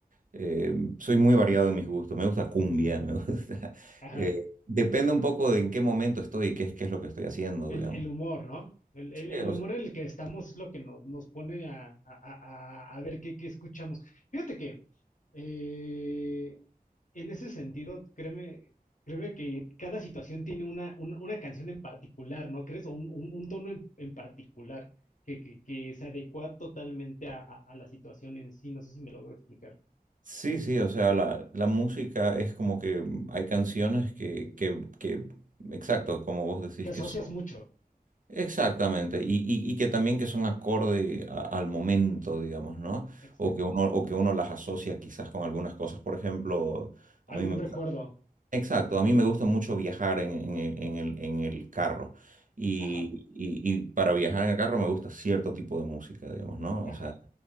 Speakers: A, on the right; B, on the left.
A: eh, soy muy variado en mis gustos, me gusta cumbia, me gusta,
B: ajá.
A: <laughs> eh, depende un poco de en qué momento estoy y qué es, qué es lo que estoy haciendo,
B: el,
A: digamos.
B: el humor, ¿no? El, el,
A: Sí,
B: el,
A: o
B: humor en el que estamos es lo que nos, nos pone a, a, a, a a ver qué, qué, escuchamos. Fíjate que eh, en ese sentido, créeme, créeme que cada situación tiene una, una, una canción en particular, ¿no crees? O un, un, un tono en, en particular que, que, que, se adecua totalmente a, a- a la situación en sí. No sé si me logro explicar.
A: Sí, sí, o sea, la, la música es como que hay canciones que, que, que, exacto, como vos decís
B: Que asocias
A: que son.
B: mucho.
A: Exactamente, y, y, y que también que son acorde a- al momento, digamos, ¿no?
B: Exacto.
A: O que uno, o que uno las asocia quizás con algunas cosas. Por ejemplo,
B: Algún
A: a mí me
B: recuerdo.
A: Exacto, a mí me gusta mucho viajar en, en el, en el- en el carro y,
B: Ajá,
A: y- y para viajar en el carro me gusta cierto tipo de música, digamos, ¿no?
B: ajá.
A: O sea,